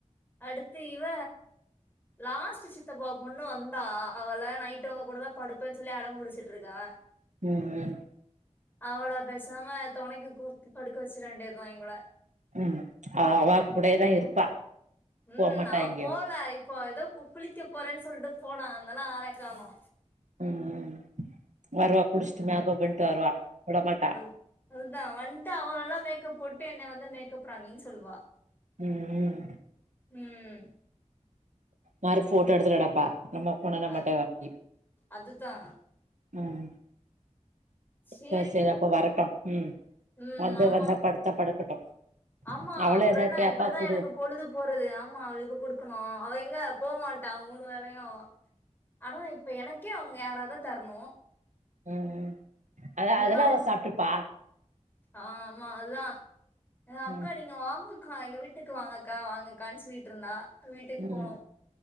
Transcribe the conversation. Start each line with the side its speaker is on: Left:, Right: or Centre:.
Left: அடுத்து இவ லாஸ்ட் சித்தப்பா பொண்ணு வந்தா அவள நைட் உங்க கூட தா படுப்பேன் சொல்லி அட புடிச்சிட்ருக்கா
Right: ம் ம்
Left: அவள பேசாம தொனைக்கு கூப்ட்டு படுக்க வச்சிற வேண்டியதா இவள
Right: ம் அவ அவ கூடயேதா இருப்பா
Left: ம்
Right: போமாட்டா
Left: நா
Right: எங்கேயு
Left: போல அய் போ ஏதோ கு குளிக்க போறேன் சொல்ட்டு போனா அதனால ஆள கானோ
Right: ம் ம் வருவா குளிச்ட்டு மேக் அப் பண்ட்டு வருவா விட மாட்டா
Left: அது அதுதா வன்ட்டு அவ நல்லா மேக்கப் போட்டு என்ன வந்து மேக்கப் ராணி சொல்வா
Right: ம் ம்
Left: ம்
Right: மாறி போட்டோ எடுத்துக் கெடப்பா நம்ம ஃபோனுனா
Left: அ
Right: மட்டு அப்டி
Left: அதுதா
Right: ம்
Left: சேரி
Right: செரி செரி அப்ப வரட்டு ம்
Left: ம்
Right: வந்து
Left: ஆமா
Right: வந்தா படுத்தா படுக்கட்டு
Left: ஆமா
Right: அவளே
Left: அப்புறோ
Right: ஏதாவத்
Left: என்ன
Right: கேப்பா
Left: இப்டிதா
Right: குடு
Left: எனக்கு பொழுது போறது ஆமா அவளுக்கு குடுக்கணு அவ எங்க போ மாட்டா மூணு வேலையு ஆனா இப்ப எனக்கே அவுங்க யாராதா தரனு
Right: ம் ம் அத
Left: இல்லனா
Right: அதெல்லா அவ
Left: இருக்கு
Right: சாப்ட்டுப்பா
Left: ஆமா அதுதா அ அக்கா
Right: ம்
Left: நீங்க வாங்கு கா எங்க வீட்டுக்கு வாங்கக்கா வாங்கக்கான் சொல்லிட் இருந்தா வீட்டுக்கு
Right: ம்
Left: போனோ